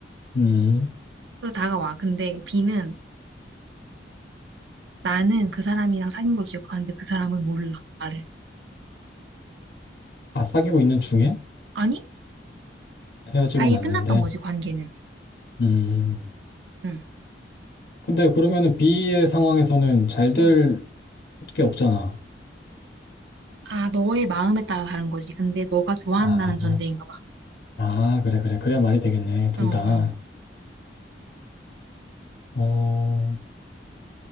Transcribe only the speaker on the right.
그래서 다가와. 근데 B는 나는 그 사람이랑 사귄 걸 기억하는데 그 사람은 몰라, 나를.
아니?
아예
끝났던 거지, 관계는.
응.
응.
아, 너의 마음에 따라 다른 거지. 근데 너가 좋아한다는
전제인가 봐.
어, 어.